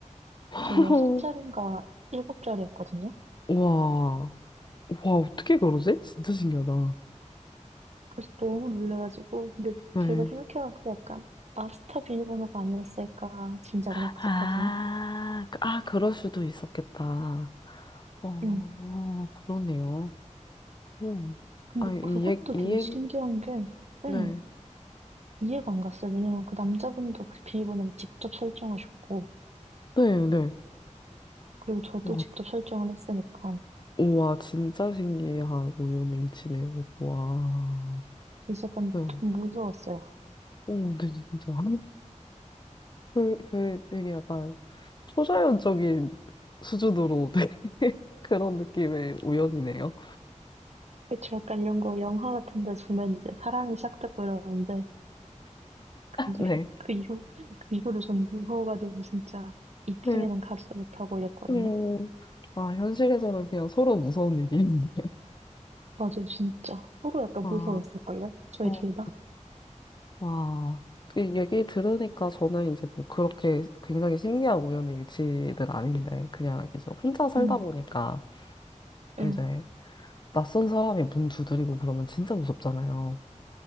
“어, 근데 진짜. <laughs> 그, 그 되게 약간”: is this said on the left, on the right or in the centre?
Left